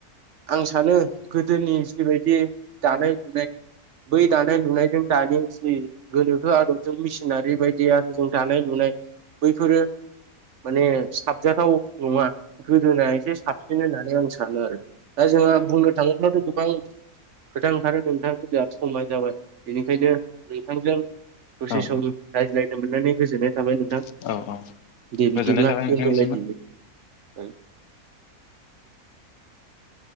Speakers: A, on the right; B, on the left.
A: आं सानो गोदोनि जिबायदि दानाय लुनाय बै दानाय लुनायजों दानि जि गोनोखो आदबजों मिसि नारि बायदि आरो जों थानाय लुनाय बैफोरो माने साबजाथाव नङा गोदोना एसे साबसिन होननानै आं सा थाङो आरो दा जोंहा बुंनो थाङोब्लाथ' गोबां खोथा ओंखारो नोंथां जाहा समा जाबाय बेनिखायनो बिथांजों दसे
B: औ
A: सम रायज्लायनो मोननानै गोजोननाय थाबाय नोंथां
B: औ औ
A: दे बिदिब्ला
B: गोजोननाय थाबाय
A: दोनथ'लायदिनि
B: नोंथांनिसिमबो
A: औ <unintelligible>